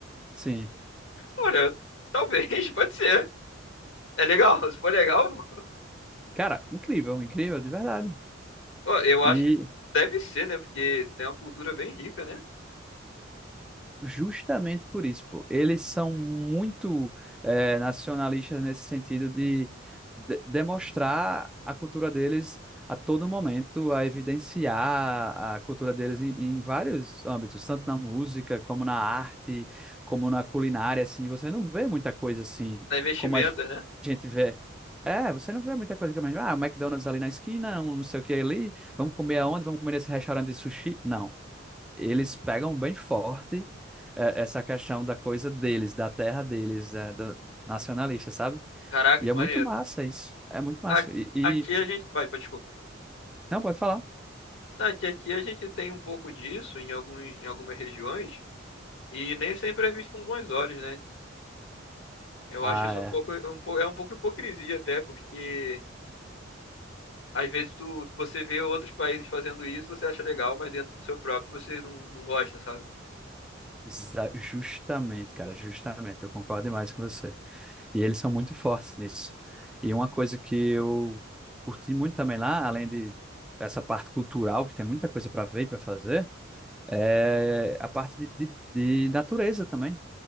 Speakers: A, in the centre; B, on the left.
A: Sim.
B: Olha, talvez, <laughs> pode ser. É legal, <laughs> se for legal,
A: Cara, incrível, incrível, de verdade.
B: ó, eu acho
A: E,
B: que deve ser, né? Porque tem uma cultura bem rica, né?
A: Justamente por isso, pô. Eles são muito eh, nacionalistas nesse sentido de, de- demonstrar a cultura deles a todo momento, a evidenciar a cultura deles em, em vários âmbitos, tanto na música, como na arte, como na culinária, assim. Você não vê muita coisa assim
B: Na investimentos,
A: como a
B: né?
A: gente vê. É, você não vê muita coisa que a gente- ah, o McDonald's ali na esquina, um não sei o que ali, vamos comer aonde, vamos comer nesse restaurante de sushi. Não eles pegam bem forte eh, essa questão da coisa deles, da terra deles, eh, da- nacionalista, sabe?
B: Caraca,
A: E
B: que
A: é muito
B: maneiro.
A: massa isso. É muito massa.
B: A-
A: E, e-
B: Aqui a gente. Vai, pode desculpa.
A: Não, pode falar.
B: Ah, que aqui a gente tem um pouco disso em alguns, em algumas regiões e nem sempre é visto com bons olhos, né? Eu
A: Ah,
B: acho isso
A: é.
B: um pouco, um, po- é um pouco hipocrisia até, porque às vezes tu, você vê outros países fazendo isso, você acha legal, mas dentro do seu próprio você não, não gosta, sabe?
A: Exa- Justamente, cara, justamente. Eu concordo demais com você. E eles são muito fortes nisso. E uma coisa que eu curti muito também lá, além de essa parte cultural, que tem muita coisa para ver e para fazer, é a parte de, de de natureza também.